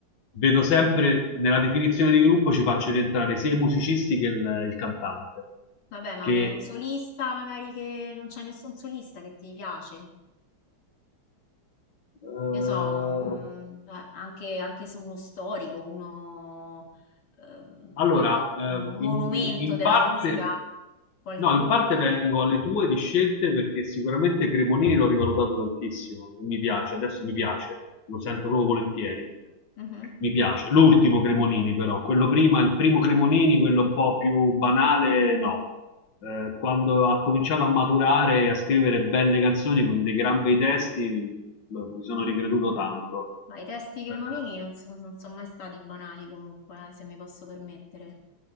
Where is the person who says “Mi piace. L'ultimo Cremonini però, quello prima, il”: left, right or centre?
Left